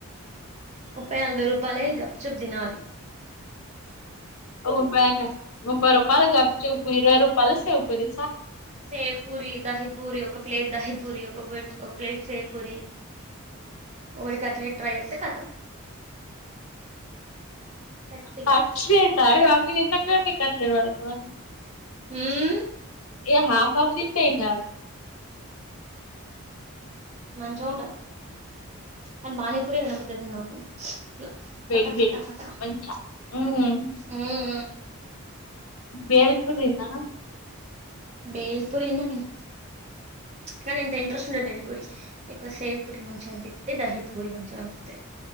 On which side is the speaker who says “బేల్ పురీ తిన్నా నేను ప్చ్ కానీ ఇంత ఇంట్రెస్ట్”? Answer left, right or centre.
Right